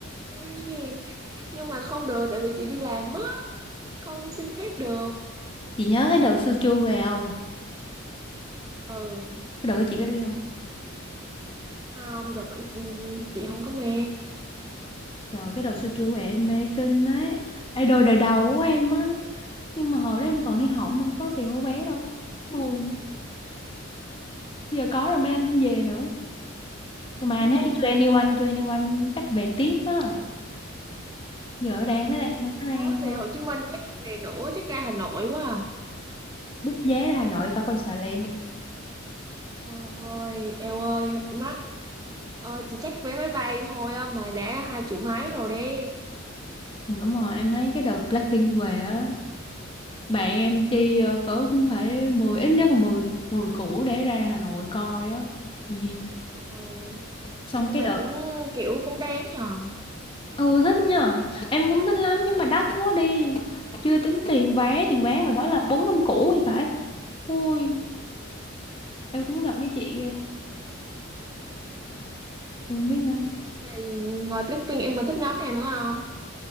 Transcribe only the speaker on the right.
Đi. nhưng mà không được tại vì chị đi làm á không xin phép được
ừ
không được ừ, ừ, chị không có mê
<laughs>
Ừ,
mới về Hồ Chí Minh chắc về nữa chắc ra Hà Nội quá à.
thôi eo ơi mắc ờ, chị chắc vé máy bay thôi á, mà đã hai triệu mấy rồi đi
ừ,
nhưng
mà
cũng kiểu cũng đáng nhờ
Rồi ngoài Blackpink em còn thích nhóm nào nữa không